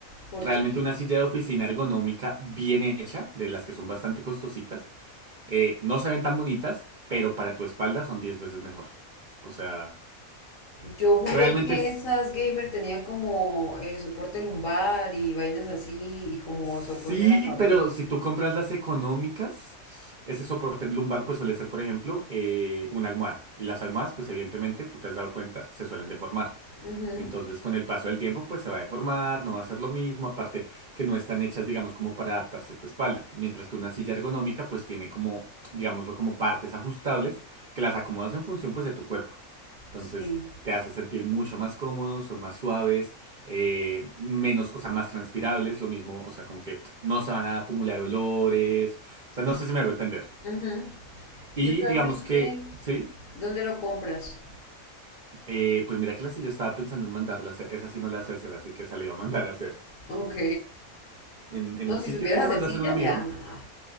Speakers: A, on the left; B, on the right.
A: porque
B: Realmente una silla de oficina ergonómica bien hecha, de las que son bastante costositas, eh, no se ven tan bonitas, pero para tu espalda son 10 veces mejor. O sea...
A: yo juré
B: Realmente
A: que
B: s-
A: esas gamer tenían como eh, soporte lumbar y vainas así y como
B: sí,
A: soporte de la cabeza.
B: pero si tú compras las económicas, ese soporte lumbar pues suele ser, por ejemplo, eh, una almohada. Y las almohadas, pues evidentemente, tú te has dado cuenta, se suelen deformar.
A: Ujú,
B: Entonces, con el paso del tiempo, pues se va a deformar, no va a ser lo mismo, aparte que no están hechas, digamos, como para adaptarse a tu espalda. Mientras que una silla ergonómica, pues tiene como, digámoslo, como partes ajustables que las acomodas en función, pues, de tu cuerpo. Entonces,
A: Sí.
B: te hace sentir mucho más cómodo, son más suaves. eh, menos, o sea, más transpirables, lo mismo, o sea, como que no se van a acumular olores, o sea, no sé si me hago entender.
A: ujú.
B: Y
A: Y usualmente,
B: digamos que, sí,
A: ¿dónde lo compras?
B: eh, pues mira que la silla estaba pensando en mandarla a hacer, esa sí no la sé hacer, así que esa la iba a mandar a hacer.
A: Ok.
B: En, en
A: No,
B: un sitio
A: si supieras
B: que la
A: hacer
B: mandó
A: silla,
B: a hacer un amigo.
A: ya, nada.